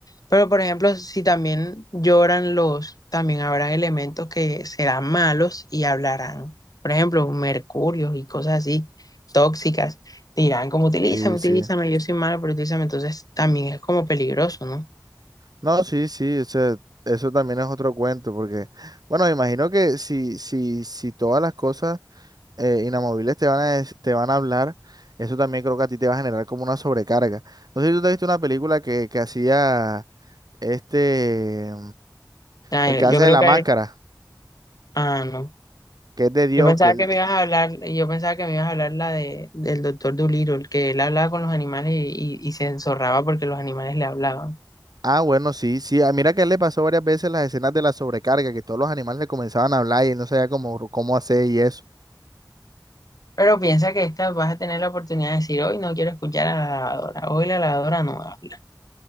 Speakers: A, on the left; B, on the right.
A: Pero por ejemplo, si también lloran los, también habrá elementos que serán malos y hablarán. Por ejemplo, mercurios y cosas así, tóxicas. Dirán como utilízame,
B: Sí,
A: utilízame,
B: sí.
A: yo soy malo, pero utilízame. Entonces también es como peligroso, ¿no?
B: No, sí, sí, o sea, eso también es otro cuento, porque, bueno, me imagino que si, si, si todas las cosas eh, inamovibles te van a, des- te van a hablar, eso también creo que a ti te va a generar como una sobrecarga. No sé si tú te has visto una película que, que hacía este,
A: Ah,
B: el que
A: yo
B: hace
A: creo
B: de la
A: que...
B: máscara,
A: Ah, no.
B: que es de Dios,
A: Yo pensaba
B: que él,
A: que me ibas a hablar, yo pensaba que me ibas a hablar la de, del doctor Dolittle, que él hablaba con los animales y, y, se enzorraba porque los animales le hablaban.
B: ah, bueno, sí, sí, ah, mira que a él le pasó varias veces las escenas de la sobrecarga, que todos los animales le comenzaban a hablar y él no sabía cómo, cómo hacer y eso.
A: Pero piensa que esta vas a tener la oportunidad de decir, hoy no quiero escuchar a la lavadora, hoy la lavadora no habla.